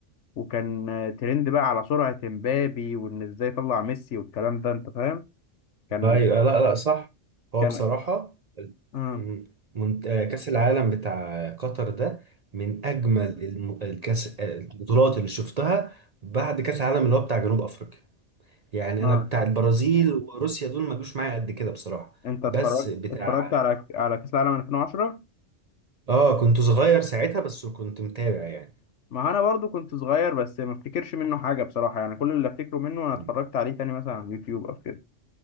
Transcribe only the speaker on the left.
وكان آه، ترند بقى على سرعه امبابي وان ازاي طلع ميسي والكلام ده انت فاهم كان
كان
اه
اه
انت اتفرجت
اتفرجت على على كاس العالم 2010
ما انا برضو كنت صغير بس ما افتكرش منه حاجه بصراحه يعني كل اللي افتكره منه انا
اتفرجت عليه تاني مثلا على اليوتيوب او كده